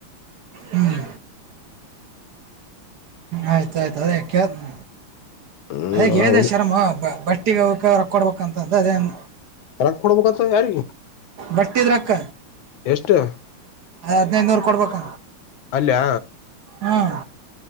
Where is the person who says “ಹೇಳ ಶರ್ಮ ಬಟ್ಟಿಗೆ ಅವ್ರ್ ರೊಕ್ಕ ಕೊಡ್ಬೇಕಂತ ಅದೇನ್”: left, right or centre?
Right